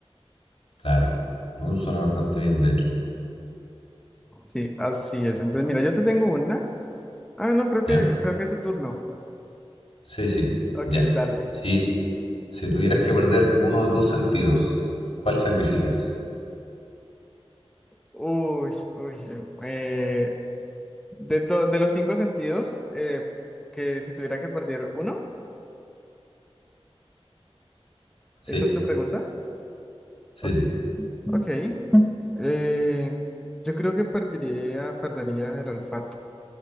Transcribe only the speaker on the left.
Claro, ¿no? Suena bastante bien, de hecho.
¿Ya?
Sí, sí,
ya.
Si, si tuvieras que perder uno de tus sentidos, ¿cuál sacrificas?
Sí,
sí,
sí,